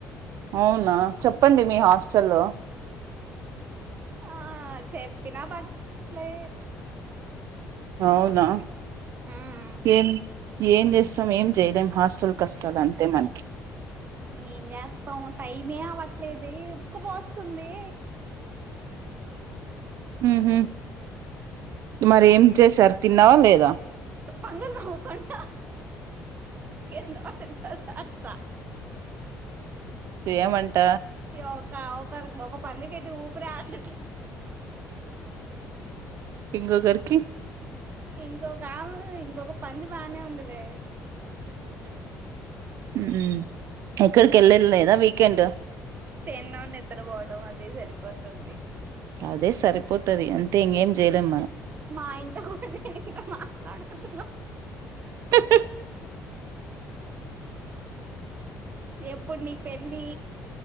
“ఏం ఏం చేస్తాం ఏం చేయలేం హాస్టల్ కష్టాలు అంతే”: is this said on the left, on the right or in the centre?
Right